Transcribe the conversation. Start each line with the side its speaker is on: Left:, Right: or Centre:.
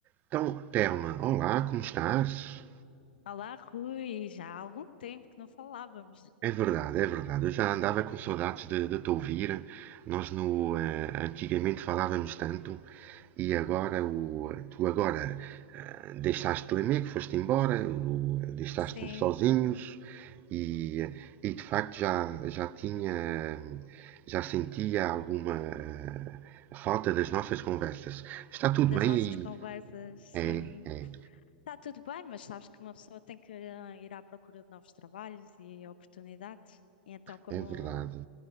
Right: Então, Telma, olá, como estás?
Left: Olá, Rui, já há algum tempo que não falávamos,
Right: É verdade, é verdade. Eu já andava com saudades de, de te ouvir. Nós no, eh, antigamente falávamos tanto e agora o, tu agora eh, deixaste o amigo, foste embora, o- deixaste-nos
Left: sim,
Right: sozinhos e, e de facto já, já tinha, já sentia alguma eh, falta das nossas conversas. Está tudo
Left: das
Right: bem
Left: nossas
Right: aí?
Left: conversas, sim.
Right: É, é,
Left: Está tudo bem, mas sabes que uma pessoa tem que eh, ir à procura de novos trabalhos e oportunidades. E Então, como
Right: é verdade.